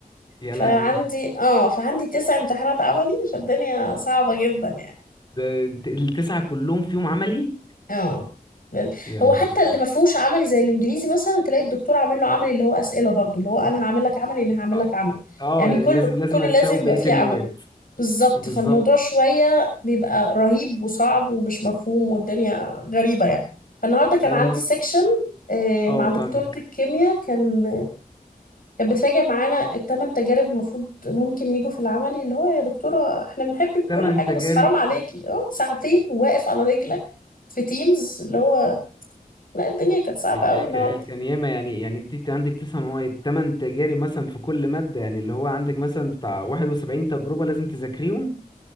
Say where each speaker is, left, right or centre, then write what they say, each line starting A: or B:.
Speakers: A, on the left (about 30°); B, on the left (about 65°).
A: يا
B: فعندي
A: لهوي
B: اه فعندي تسع امتحانات عملي فالدنيا صعبة جدا يعني
A: ده انت التسعه كلهم في يوم عملي
B: اه لل-
A: يا
B: هو
A: نهار
B: حتى
A: اسود
B: اللي ما فيهوش عملي زي الانجليزي مثلا تلاقي الدكتور عامل له عملي اللي هو اسئله برضو اللي هو انا هعمل لك عملي انا هعمل
A: اه
B: لك عملي
A: آه،
B: يعني
A: يعني
B: كله
A: لازم لازم
B: كله
A: هتساوي
B: لازم
A: بقيه
B: يبقى فيه
A: المواد
B: عملي بالظبط
A: بالظبط
B: فالموضوع شويه بيبقى رهيب وصعب ومش مفهوم والدنيا غريبه يعني فالنهارده كان
A: انا
B: عندي
A: مخ
B: سيكشن
A: اه
B: مع
A: فاهمك
B: دكتوره الكيمياء كان كانت بتراجع معانا التمن تجارب المفروض ممكن يجوا في العملي اللي هو يا دكتورة احنا بنحبك وكل
A: تمن
B: حاجة
A: تجارب
B: بس حرام عليكي اه ساعتين واقف على رجلك في تيمز اللي هو لا الدنيا كانت صعبة
A: ك-
B: قوي النهاردة
A: ك- كان ياما يعني يعني انت عندك تسع مواد تمن تجارب مثلا في كل ماده يعني اللي هو عندك مثلا بتاع 71 تجربه لازم تذاكريهم